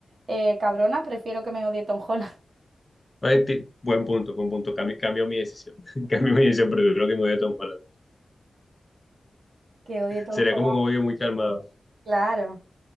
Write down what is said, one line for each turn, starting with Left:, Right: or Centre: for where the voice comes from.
Right: eh, cabrona, prefiero que me odie Tom Holland,
Left: Oye, ti- buen punto, buen punto. Cambio, cambio mi decisión. <laughs> Cambio mi decisión, pero creo que me voy a Tom Holland.
Right: <laughs> que odie Tom
Left: Sería
Right: Holland,
Left: como un obvio muy calmado.
Right: claro.